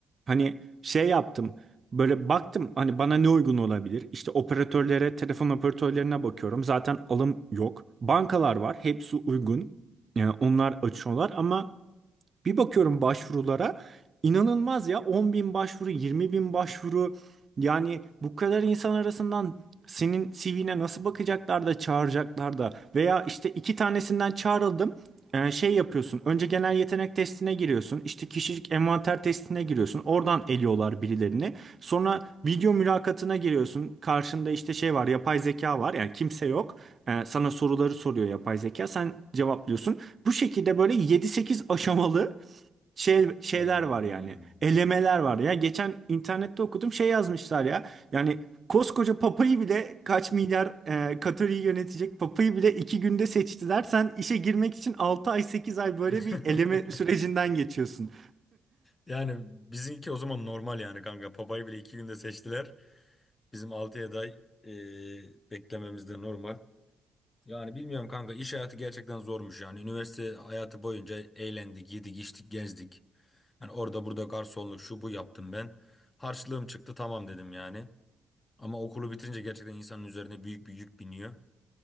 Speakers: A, on the right; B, on the left.
A: Hani şey yaptım. Böyle baktım hani bana ne uygun olabilir? İşte operatörlere, telefon operatörlerine bakıyorum. Zaten alım yok. Bankalar var. Hepsi uygun. Yani onlar açıyorlar ama bir bakıyorum başvurulara inanılmaz ya 10 bin başvuru 20 bin başvuru yani bu kadar insan arasından senin CV'ne nasıl bakacaklar da çağıracaklar da veya işte iki tanesinden çağrıldım Ee, şey yapıyorsun önce genel yetenek testine giriyorsun işte kişilik envanter testine giriyorsun oradan eliyorlar birilerini sonra video mülakatına giriyorsun karşında işte şey var yapay zeka var yani kimse yok Ee, sana soruları soruyor yapay zeka sen cevaplıyorsun bu şekilde böyle yedi sekiz aşamalı şey, şeyler
B: Allah'ım.
A: var yani. Elemeler var. Ya geçen internette okudum şey yazmışlar ya. Yani koskoca papayı bile kaç milyar e, Katar'ı yönetecek papayı bile 2 günde seçtiler. Sen işe girmek için altı ay 8 ay böyle
B: <laughs>
A: bir eleme sürecinden geçiyorsun.
B: Yani bizimki o zaman normal yani kanka. Papayı bile iki günde seçtiler. Bizim 6'ya day e, beklememiz de normal. Yani bilmiyorum kanka iş hayatı gerçekten zormuş yani. Üniversite hayatı boyunca eğlendik, yedik, içtik, gezdik. Yani orada burada garsonluk şu bu yaptım ben. Harçlığım çıktı tamam dedim yani. Ama okulu bitirince gerçekten insanın üzerine büyük bir yük biniyor.